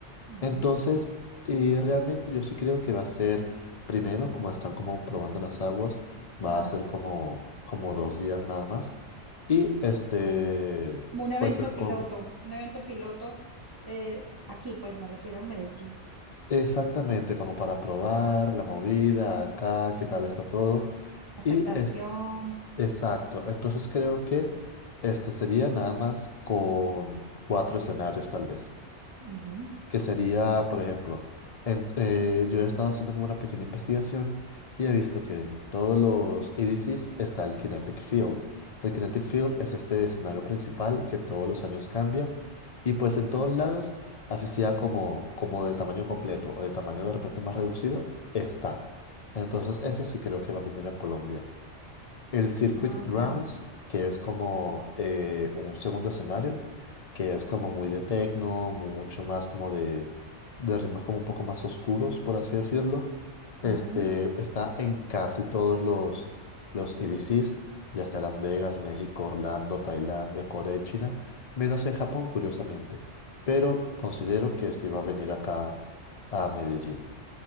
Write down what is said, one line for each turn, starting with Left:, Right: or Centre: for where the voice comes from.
Right: Ujú.
Left: Entonces, eh, realmente yo sí creo que va a ser, primero, como están como probando las aguas, va
Right: Ah,
Left: a ser
Right: sí.
Left: como, como dos días nada más. Y este,
Right: Como un evento
Left: pues será
Right: piloto,
Left: con,
Right: un evento piloto eh, aquí, pues me refiero en Medellín.
Left: exactamente como para probar la movida acá, qué tal está todo.
Right: Aceptación.
Left: Y es, exacto, entonces creo que este sería nada más con cuatro escenarios tal vez.
Right: Ujú.
Left: que sería, por ejemplo, en- eh, yo he estado haciendo como una pequeña investigación y he visto que en todos los EDCs está el Kinetic Field. El Kinetic Field es este escenario principal que todos los años cambia y pues en todos lados, así sea como, como de tamaño completo o de tamaño de repente más reducido, está. Entonces ese sí creo que va a venir a Colombia. El Circuit
Right: Ah,
Left: Grounds,
Right: ya.
Left: que es como eh, un segundo escenario, que es como muy de techno, mucho más como de, de ritmos como un poco más oscuros, por así decirlo. Este
Right: Ujú.
Left: está en casi todos los, los EDCs, ya sea Las Vegas, México, Orlando, Tailandia, Corea y China, menos en Japón, curiosamente. Pero considero que sí va a venir acá a Medellín.